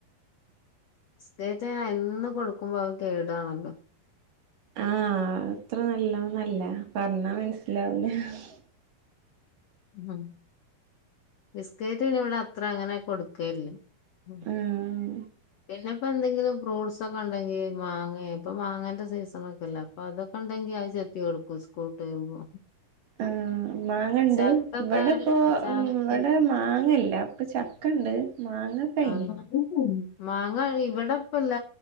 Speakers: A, on the left (about 80°); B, on the right (about 65°).
A: സ്റ്റേറ്റ് എന്നും കൊടുക്കുമ്പോ അത് കേടാണല്ലോ
B: ആ അത്ര നല്ലോന്നല്ല പറഞ്ഞാ മനസിലാവില്ലാ ഹ്
A: ഉം ബിസ്കറ്റ് ഇനി ഇവിടെ അത്ര അങ്ങനെ കൊടുക്കയില്ല ഉം
B: ആഹ്
A: പിന്നെ ഇപ്പന്തെങ്കിലും ഫ്രൂട്ട്സൊക്കെ ഉണ്ടെങ്കി മാങ്ങേ ഇപ്പോ മാങ്ങേന്റെ സീസണൊക്കെല്ലേ അപ്പോ അതൊക്കെണ്ടെങ്കി അഹ് ചെ ത്തി കൊടുക്കും സ്കൂള് വിട്ട് വരുമ്പോ
B: ആ മാങ്ങണ്ട്
A: ചക്കൊക്കെ
B: ഇവിടെപ്പോ
A: ച
B: മ്മ് ഇവിടെ
A: ഈ
B: മാങ്ങല്ല ഇപ്പ ചക്കണ്ട് മാങ്ങ കഴിഞ്ഞ്
A: ആഹ് ഉം മാങ്ങ ഇവടെ ഇപ്പല്ല